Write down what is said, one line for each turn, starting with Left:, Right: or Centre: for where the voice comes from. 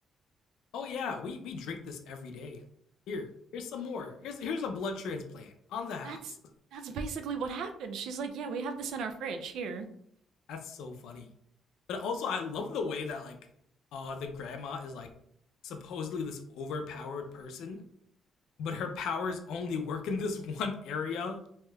Left: oh yeah, we we drink this every day. Here, here's some more. Here's here's a blood transplant on the house.
Right: That's that's basically what happened. She's like, "Yeah, we have this in our fridge here."
Left: <laughs> That's so funny. But also, I love the way that like uh the grandma is like supposedly this overpowered person, but her powers only work in this <laughs> one area